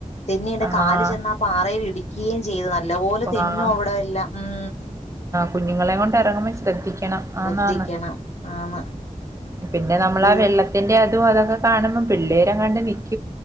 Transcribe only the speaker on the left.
തെന്നി എന്റെ
കാല് ചെന്നാ പാറേൽ ഇടി <unintelligible> നല്ല പോലെ
തെന്നു അവടെ എല്ലാം ഉം
ശ്രദ്ധിക്കണം
ആന്ന്
പിന്നെ